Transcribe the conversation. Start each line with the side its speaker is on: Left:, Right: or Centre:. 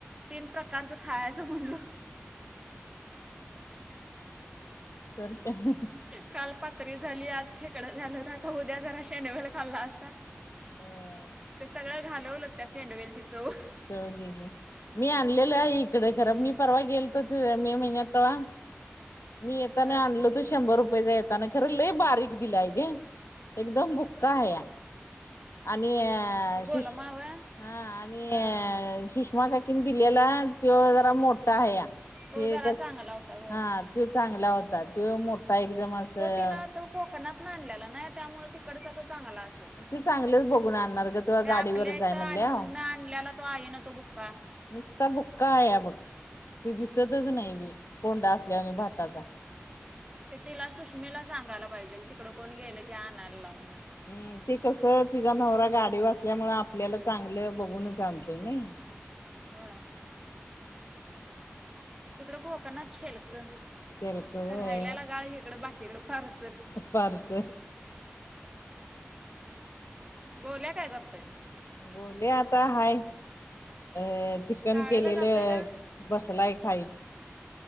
Right: तीन प्रकारचं खायचं म्हणलं....
Left: तर काय....
Right: काल पात्री झाली आज खेकडं झालं होत आता उद्या जरा शेंडवेल खाल्ला असता....
Left: हम्.
Right: ते सगळं घालवलं त्याची शेंडवेलची चव.....
Left: चव गेली मी आणलेलं आहे इकडे खर मी परवा गेलतो मे महिन्यात तेव्हा..... मी येताना
Right: हां
Left: आणलो.... शंभर रुपयेचा येताना खरं लय बारीक दिलाय गे एकदम बुक्का आहे या..... आणि अ
Right: गोलमावं
Left: शिष हा आणि
Right: हां
Left: शिष. म का की दिलेला त जरा मोठा आहे या....
Right: तो
Left: ते
Right: जरा
Left: कस
Right: चांगला होता होय
Left: हा त चांगला होता त मोठा एकदम असं....
Right: तो तिनं तो कोकणात ना आणलेला नाही त्यामुळे तिकडच चांगला.
Left: ते चांगलंच बघून आणणार ग तुला
Right: त्या
Left: गाडीवरच
Right: आपल्या इथं
Left: आहे म्हणल्याव
Right: आण आणल्याला तो आहे ना तो बुक्का.....
Left: नसता बुक्का आहे या बघ त दिसतच नाही बी कोंडा असल्या आणि भाताचा....
Right: ते तिला सुषमेला सांगायला पाहिजे तिकडडे कोण गेले की आणायला लाव म्हणून....
Left: हम् ती कस तिचा नवरा गाडी असल्यामुळं आपल्याला चांगलं बघून आणतोय ना....
Right: ह तिकडं खकना शेल्क.....
Left: शेल्क होय
Right: रायल्यालागाळ हकडं बाकीकड फारसेल....
Left: परस....
Right: गोल्या काय करतोय....
Left: बोले आता हाय... अ चिकन
Right: शाळेला
Left: केलेलं
Right: जातोय का
Left: बसलाय खाईत....